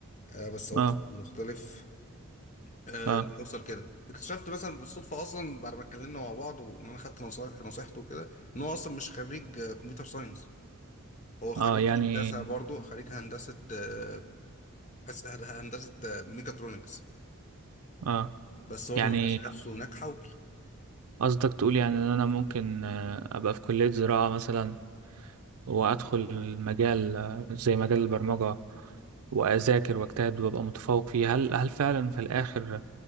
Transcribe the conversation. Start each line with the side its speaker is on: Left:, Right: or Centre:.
Left: آه، بس هو
Right: اه
Left: قسم مختلف آه،
Right: اه
Left: اللي يوصل كده اكتشفت مثلا بالصدفه اصلا بعد ما اتكلمنا مع بعض وان انا خدت نصايح نصيحته وكده ان هو اصلا مش خريج آه، كمبيوتر ساينس هو خريج
Right: اه يعني
Left: هندسه برضه خريج هندسه آه، حس- هندسه آه، ميكاترونكس
Right: اه
Left: بس برضه
Right: يعني
Left: ما لقاش نفسه هناك حول
Right: قصدك تقول يعني ان انا ممكن آه، ابقى في كلية زراعة مثلا وأدخل المجال آه، زي مجال البرمجة وأذاكر وأجتهد وأبقى متفوق فيه هل هل فعلا في الآخر